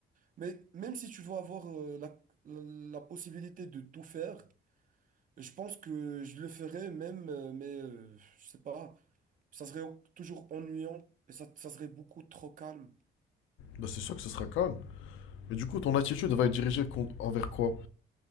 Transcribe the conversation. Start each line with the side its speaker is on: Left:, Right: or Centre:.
Right: Mais même si tu veux avoir euh, la la la possibilité de tout faire, Je pense que je le ferais même, euh, mais euh, je sais pas, ça serait en- toujours ennuyant et ça, ça serait beaucoup trop calme.
Left: Bah, c'est sûr que ce sera calme. Mais du coup, ton attitude va être dirigée contre- envers quoi?